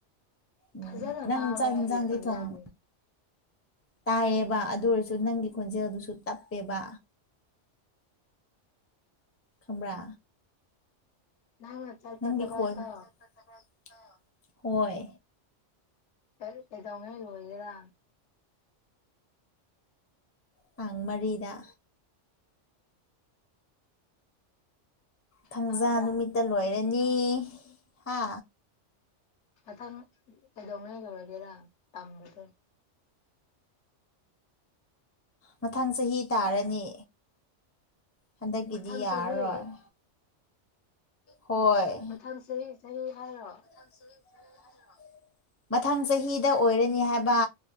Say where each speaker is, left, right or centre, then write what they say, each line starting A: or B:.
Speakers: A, on the left; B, on the left.
A: ꯎꯝ
B: ꯐꯖꯅ
A: ꯅꯪ
B: ꯇꯥꯕ꯭ꫪꯥ
A: ꯆꯥꯛ
B: ꯑꯩꯒꯤ
A: ꯌꯦꯟꯁꯥꯡꯗꯤ
B: ꯈꯣꯟꯖꯦꯜꯖꯦ
A: ꯊꯣꯡ ꯇꯥꯏꯌꯦꯕ ꯑꯗꯨ ꯑꯣꯏꯔꯁꯨ ꯅꯪꯒꯤ ꯈꯣꯟꯖꯦꯜꯗꯨꯁꯨ ꯇꯞꯄꯦꯕ ꯈꯪꯕ꯭ꯔꯥ
B: ꯅꯪꯅ ꯆꯠꯄ
A: ꯅꯪꯒꯤ
B: ꯊꯕꯛꯇꯣ
A: <unintelligible> ꯍꯣꯏ
B: ꯑꯩ ꯀꯩꯗꯧꯉꯩ ꯂꯣꯏꯒꯦꯔ
A: ꯇꯥꯡ ꯃꯔꯤꯗ ꯊꯥꯡꯖꯥ
B: ꯇꯥꯕ꯭ꯔꯥ
A: ꯅꯨꯃꯤꯠꯇ ꯂꯣꯏꯔꯅꯤ ꯍꯥ
B: ꯃꯊꯪ ꯀꯩꯗꯧꯉꯩ ꯂꯣꯏꯔꯒꯦꯔꯥ ꯇꯝꯕꯗꯣ
A: ꯃꯊꯪ ꯆꯍꯤ ꯇꯥꯔꯅꯤ ꯍꯟꯗꯛꯀꯤꯗꯤ
B: ꯃꯊꯪ
A: ꯌꯥꯔꯔꯣꯏ
B: ꯆꯍꯤ
A: ꯍꯣꯏ
B: ꯃꯊꯪ ꯆꯍꯤ ꯆꯍꯤ ꯍꯥꯏꯔꯣ
A: <inaudible> ꯃꯊꯪ ꯆꯍꯤꯗ ꯑꯣꯏꯔꯅꯤ ꯍꯥꯏꯕ